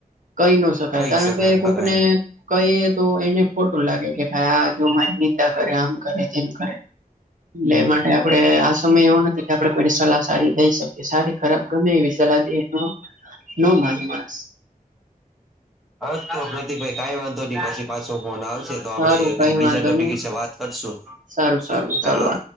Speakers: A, on the right; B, in the centre.
A: કહી ન શકાય
B: કહી
A: કારણ કે
B: શકાય
A: કોકને, કહીએ તો એને ખોટું લાગે કે ભાઈ આ જો મારી નિંદા કરે આમ કરે તેમ કરે. એટલે
B: હમ
A: એ માટે આપડે આ સમય એવો નથી કે આપડે કોઈની સલા સારી થઈ શકે સારી ખરાબ ગમે એવી સલાહ <unintelligible> ન માને માણસ.
B: હ તો પ્રતીકભાઈ કઈ વાંધો નહી પછી પાછો ફોન આવશે. તો
A: સારું
B: આપડે
A: કઈ
B: કઈક બીજા
A: વાંધો
B: ટોપિક
A: નહી
B: વિશે વાત કરશું
A: સારું સારું
B: હા.
A: ચાલો